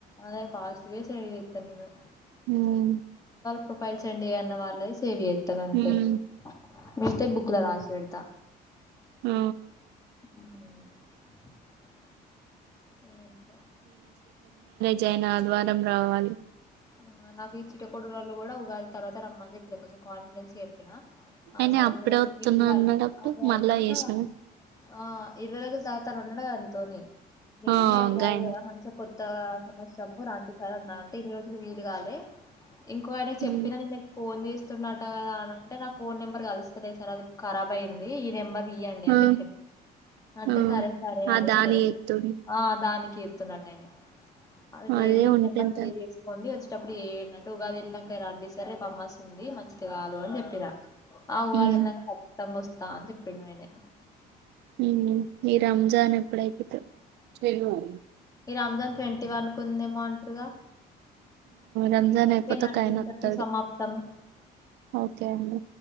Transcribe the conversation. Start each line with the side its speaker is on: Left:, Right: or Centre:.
Left: అదే ఫాస్ట్ గా సేవ్ చేత్త నేను
Right: హ్
Left: ప్రోఫైల్ సెండ్ చేయన్న వాళ్ళై సేవ్ జేత్త గంతే
Right: ఉమ్
Left: మిగితై బుక్ ల రాసి పెడతా
Right: హ్
Left: హ్ హ్
Right: జైన ఆదివారం రావాలి
Left: హ్ నాకు ఈ చిట్టకూడు రోళ్ళు గూడా ఉగాది తర్వాత రమ్మని చెప్పినా కొంచెం కాన్ఫిడెన్స్ గ చెప్పిన ఆ
Right: అయిన
Left: సరే
Right: అప్పుడే
Left: ఇన్ని రోజులు
Right: వత్తున్నా
Left: వీలు కాలే
Right: అన్నడప్పుడు
Left: అదే
Right: మళ్ళా
Left: అదే ఆహా
Right: చేసినను
Left: ఆ ఇరవై రోజుల తవాతను ఉన్నడు గదా నితోని నేనే
Right: ఆ
Left: ఉగాది
Right: గాయన
Left: గదా మంచి కొత్తగా సమస్యము రాండి సార్ అన్నా అంటే ఇన్ని రోజ్ ప్పుడు వీలుగాలే ఇంకో ఆయన చెప్పినా
Right: ఉమ్
Left: నేన్ ఫోన్ చేసి వస్తుండట గదా అని అంటే నా ఫోన్ నెంబర్ కలుస్తలే సార్ అది ఖరాబ్ అయిన్ది ఈ నెంబర్ ఇయ్యండి అని
Right: ఆ
Left: చెప్పిన అంటే
Right: ఆ
Left: సరే సరే
Right: ఆ
Left: అని
Right: దాని
Left: సినదు
Right: ఎత్తుడు
Left: ఆ దానిక్ కీతున్నాడు ఆయన అది లేదు
Right: అదే
Left: ఈ
Right: ఉంటెంత
Left: నెంబర్ సేవ్ చేస్ అండి వచ్చేప్పుడు ఏడింటడి ఉగాది ఎల్లినంక రండి సరే రేపు అమాస్ ఉంది మంచి గాదు అని చెప్పినా ఆవుగాదనంక
Right: ఉమ్
Left: ఖచ్చితంగా వస్తా అని చెప్పిండు ఆయనే
Right: హ్ ఈ రంజాన్ ఎప్పుడైపోతో తెలువదు
Left: ఈ రంజాన్ ట్వంటీ వన్ కు ఉందేమో అంటరుగా
Right: రంజాన్
Left: ఓకేనండి
Right: అయిపోతే ఒక ఆయన
Left: ఇంతటితో
Right: వస్తాడు
Left: సమాప్తం
Right: ఓకే అండి